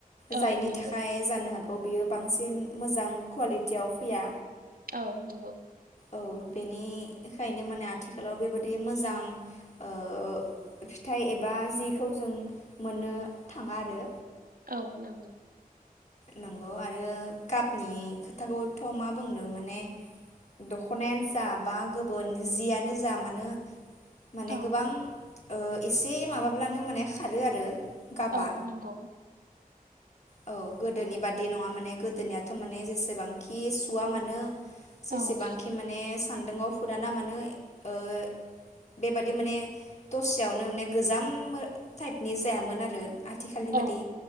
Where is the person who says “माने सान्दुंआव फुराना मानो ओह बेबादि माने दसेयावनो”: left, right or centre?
Left